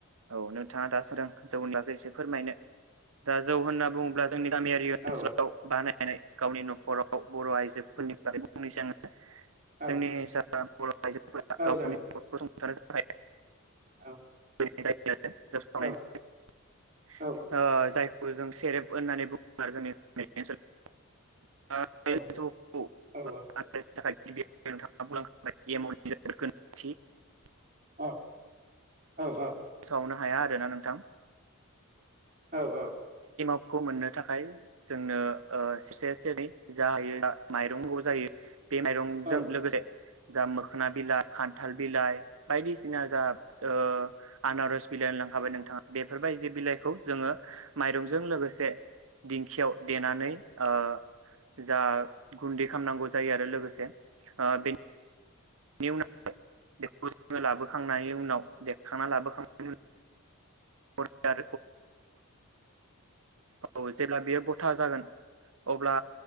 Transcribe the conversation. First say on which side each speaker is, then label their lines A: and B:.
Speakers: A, on the right; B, on the right.
A: औ नोंथाङा दा सोरां जौनि बागै एसे फोरमायनो दा जौ होनना बुङोब्ला जोंनि गामियारि ओनसोलाव
B: औ
A: बानायनाय गावनि न'खराव बर' आइजोफोरनि बागै बुंनाय जागोन
B: औ
A: जोंनि जा बर' आइजोफोरा गावनिखौ
B: औ जागोन
A: संथानो थाखाय
B: औ
A: <unintelligible> खौ जों
B: औ
A: सेरेब होननानै
B: औ
A: बुङो <unintelligible> आरो जोंनि गामि ओनसोलाव <unintelligible>
B: औ औ
A: <unintelligible>
B: औ औ औ
A: फोसावनो हाया आरोना नोंथां
B: औ औ
A: खौ मोननो थाखाय जोंनो अ सेरसे सेरनै जायो माइरं जायो बे माइरंजों
B: औ
A: लोगोसे जा मोखोना बिला खान थाल बिलाइ बायदिसिना जा अ आनारस बिलाइ होन लांखाबाय नोंथाङा बेफोरबाय दि बिलाइखौ जोङो माइरंजों लोगोसे दिंखियाव देनानै अ जा गुन्दै खामनांगौ जायो आरो लोगोसे अ बे नि उनाव बेखौ जोङो लाबोखांनायनि उनाव देखांनानै लाबोखांनायनि <unintelligible> औ जेब्ला बियो गथा जागोन अब्ला